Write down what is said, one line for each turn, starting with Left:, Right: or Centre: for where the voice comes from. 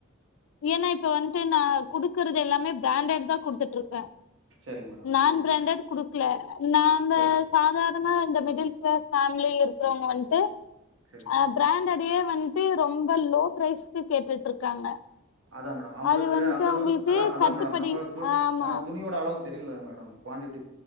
Left: ஏனா இப்ப வந்துட்டு நா குடுக் கறது எல்லாமே பிராண்டட் தா குடுத்துட்டு இருக்கே
Right: சேரிங்க மேடம்
Left: நான்
Right: சேரிங்க மேடம்
Left: பிராண்டட் குடுக்கல நாம்ப
Right: சேரி
Left: சாதாரணமா இந்த மிடில் கிளாஸ் ஃபேமிலி இருக்கிறவங்க வந்துட்டு
Right: சேரிங்க மேடம்
Left: ஆ பிராண்டடேயே வண்ட்டு ரொம்ப லோ பிரைஸ்க்கு கேட்டுட்டு இருக்காங்க
Right: அதா மேடம் அவுங்களுக்கு
Left: அது வந்துட்டு
Right: அந்தளவுக்
Left: அவங்களுக்கு
Right: அலா அதா
Left: கட்டுப்படி
Right: மேடம் நம்ப து
Left: ஆமா
Right: ஆ துணியோட அளவு தெரியில மேடம் குவாண்டிட்டி